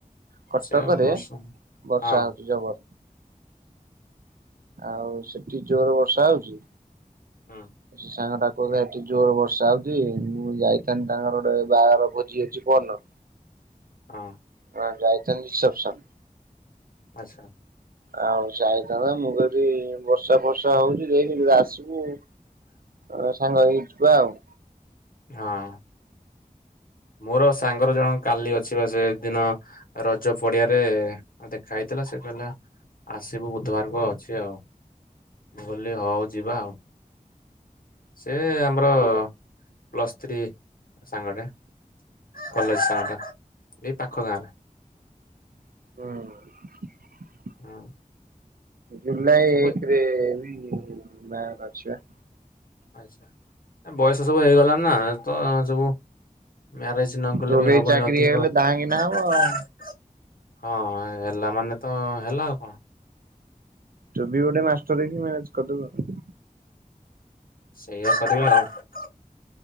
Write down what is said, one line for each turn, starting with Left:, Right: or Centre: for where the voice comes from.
Right: କଟକରେ
Left: ସେ ବର୍ଷ ହଁ।
Right: ବର୍ଷା ହଉଛି ଜବର। ଆଉ ସେଠି ଜୋର ବର୍ଷା ହଉଛି?
Left: ହଁ।
Right: ସେ ସାଙ୍ଗଟା କହୁଥିଲା ସେଠି ଜୋର ବର୍ଷା ହଉଛି ମୁଁ ଯାଇଥାନ୍ତିି ତାଙ୍କର ଗୋଟେ ବାହାଘର ଭୋଜି ଅଛି ପହ ନ
Left: ଅଁ।
Right: ହଁ ଯାଇଛ ରିସେପ୍ସନ୍।
Left: ଆଛା।
Right: ଆଉ ଯାଇଥିବେ ମୁଁ କହିଲି ବର୍ଷା ଫର୍ଷା ହଉଛି ଯଇକି ଆସିବୁ ଏ ସାଙ୍ଗ ହେଇକି ଯିବା ଆଉ।
Left: ହଁ। ମୋର ସାଙ୍ଗର ଜଣ କାଲି ଅଛି ବା ସେଦିନ ରଜ ପଡିଆରେ ଦେଖା ହେଇଥିଲା, ସେ କହିଲା ଆସିବୁ ବୁଧବାରକୁ ଅଛି ଆଉ, ମୁ କହିଲି ହଉ ଯିବା ଆଉ। ସେ ଆମର
Right: ହଁ
Left: ପ୍ଲସ୍ ଥ୍ରୀ ସାଙ୍ଗଟା
Right: ହୁଁ
Left: କଲେଜ ସାଙ୍ଗଟା ଏଇ ପାଖ ଗାଁରେ।
Right: ହୁଁ।
Left: ହୁଁ।
Right: ଜୁଲାଇ
Left: ସବୁ
Right: ଏକେ ରେ ବି ବାହାଘର ଅଛିବା।
Left: ଆଚ୍ଛା ବୟସ ସବୁ ହେଇଗଲା ନା ତ ସବୁ ମ୍ୟାରେଜ୍ ନକଲେ
Right: ତୋର
Left: ବି
Right: ଏଇ
Left: ହବନି
Right: ଚାକିରି
Left: ଅଧିକ
Right: ହେଇଗଲେ ଧାହାକିନା
Left: ହଁ
Right: ହବ ଆଉ।
Left: ହେଲା ମାନେ ତ ହେଲା ଆଉ କଣ?
Right: ତୁ ବି ଗୋଟେ ମାଷ୍ଟର ହେଇକି ମ୍ୟାରେଜ୍ କରିଦେବୁ।
Left: ସେଇଆ କରିବା ଆଉ,